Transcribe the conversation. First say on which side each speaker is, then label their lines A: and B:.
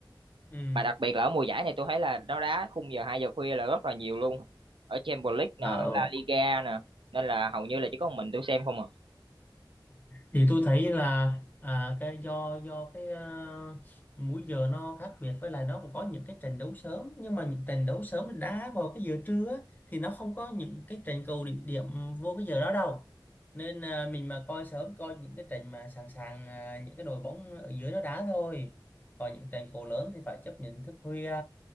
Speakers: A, on the left; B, on the right.
A: ừ
B: mà đặc biệt là ở mùa giải này tôi thấy là nó đá khung giờ 2 giờ khuya là rất là nhiều luôn ở Champions League nè
A: Ờ,
B: ở La Liga nè nên là hầu như là chỉ có một mình tôi xem không à
A: thì tôi thấy là à, cái do do cái à, múi giờ nó khác biệt với lại nó cũng có những cái trận đấu sớm nhưng mà những trận đấu sớm đá vào cái giờ trưa á, thì nó không có những cái trận cầu đỉnh điểm vô cái giờ đó đâu nên à, mình mà coi sớm coi những cái trận mà sẵn sàng à, những cái đội bóng ở dưới nó đá thôi còn những trận cầu lớn thì phải chấp nhận thức khuya